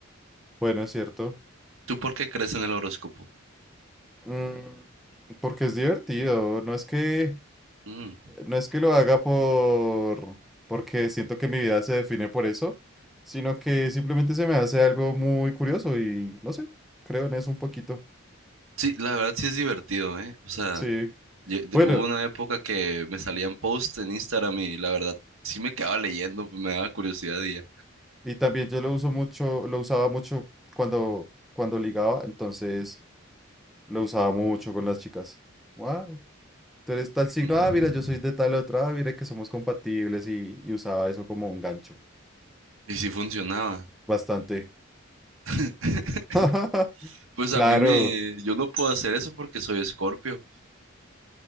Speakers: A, in the centre; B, on the right.
A: bueno, es cierto.
B: ¿Tú por qué crees en el horóscopo?
A: Mm, porque es divertido. No es que,
B: Mm.
A: no es que lo haga por, porque siento que mi vida se define por eso, sino que simplemente se me hace algo muy curioso y no sé, creo en eso un poquito.
B: Sí, la verdad sí es divertido, ¿eh? O sea,
A: Sí.
B: ye- de-
A: Bueno,
B: hubo una época que me salían posts en Instagram y la verdad sí me quedaba leyendo, pues me daba curiosidad y ya.
A: y también yo lo uso mucho, lo usaba mucho cuando, cuando ligaba, entonces lo usaba mucho con las chicas. Wow, tú eres tal signo,
B: Mm.
A: ah, mira, yo soy de tal otra, ah, mira que somos compatibles y, y usaba eso como un gancho.
B: Y sí funcionaba.
A: Bastante.
B: <laughs>
A: <laughs>
B: Pues
A: Claro,
B: a mí me... Yo no puedo hacer eso porque soy Escorpio.